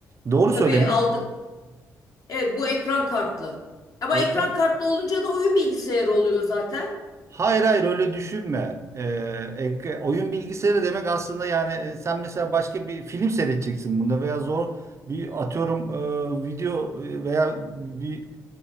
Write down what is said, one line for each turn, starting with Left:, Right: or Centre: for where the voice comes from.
Right: Doğru
Left: Tabii
Right: söylemiş.
Left: aldı. Evet bu ekran kartlı. Ama
Right: Ekran
Left: ekran kartlı olunca da oyun bilgisayarı oluyor zaten.
Right: Hayır hayır öyle düşünme. Ee, ek- oyun bilgisayarı demek aslında yani e, sen mesela başka bir film seyredeceksin bunda veya zor bir atıyorum e, video e, veya bir